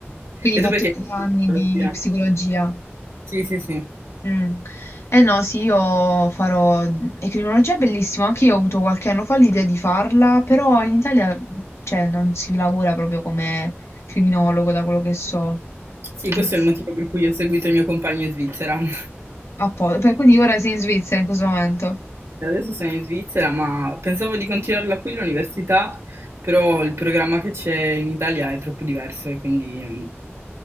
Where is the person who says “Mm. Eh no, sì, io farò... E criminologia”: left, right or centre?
Left